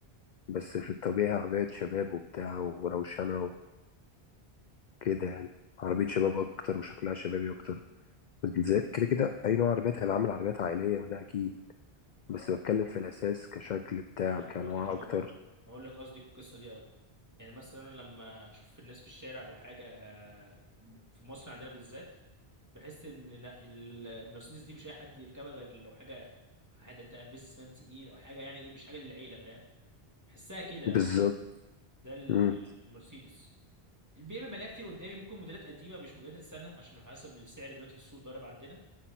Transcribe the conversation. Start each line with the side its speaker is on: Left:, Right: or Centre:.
Left: بس في الطبيعي عربية شباب وبتاع وروشنة وكده يعني عربية شباب اكتر وشكلها شبابي اكتر زي- كده كده اي نوع عربيات هيبقى عامل عربيات عائلية ده اكيد بس بتكلم في الاساس كشكل بتاع
Right: يعني انا
Left: كانواع
Right: اقول لك حلوه
Left: اكتر
Right: نقطه اقول لك قصدي القصه دي قوي يعني مثلا أنا لما اشوف الناس في الشارع او حاجه آه، ب- في مصر عندنا بالذات بحس ان لا ال- المرسيدس دي مش اي حد يركبها غير لو حاجه حد انت بيزنس مان تقيل او حاجه يعني ايه مش حاجه للعيله فاهم بحسها كده
Left: بالظبط
Right: انا ده ال-
Left: امم
Right: المرسيدس البي ام بلاقيها كتير قدامي ممكن موديلات قديمه مش موديلات السنه عشان حسب السعر دلوقتي في السوق ضارب عندنا